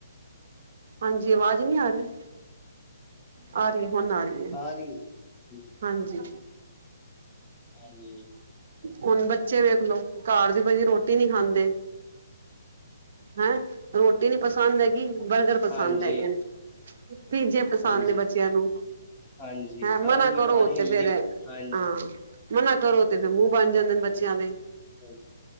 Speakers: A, on the right; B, on the left.
A: ਹਾਂਜੀ ਆਵਾਜ਼ ਨਹੀ ਆ ਰਹੀ, ਆ ਰਹੀ ਹੁਣ ਆ ਰਹੀ ਹੈ
B: ਆ ਰਹੀ ਹੈ, ਹ
A: ਹਾਂਜੀ
B: ਹਾਂਜੀ
A: ਹੁਣ ਬੱਚੇ ਵੇਖਲੋ ਘਰ ਦੀ ਬਣੀ ਰੋਟੀ ਨੀ ਖਾਂਦੇ। ਹੈਂ ਰੋਟੀ ਨੀ ਪਸੰਦ ਹੈਗੀ ਬਰਗਰ ਪਸੰਦ
B: ਹਾਂਜੀ,
A: ਹੈਗੇ ਨੇ। ਪੀਜੇ ਪਸੰਦ
B: ਹਾਂਜੀ,
A: ਨੇ ਬੱਚਿਆਂ ਨੂੰ।
B: ਹਾਂਜੀ
A: ਹੈਂ ਮਨਾ
B: ਆਹੀ
A: ਕਰੋ
B: ਘਰ ਹਿਲਦੀ
A: ਤੇ ਫੇਰ
B: ਹਾਂਜੀ,
A: ਹਾਂ ਮਨਾ ਕਰੋ ਤੇ ਫਿਰ ਮੂੰਹ ਬਣ ਜਾਂਦੇ ਨੇ ਬੱਚਿਆਂ ਦੇ
B: ਹ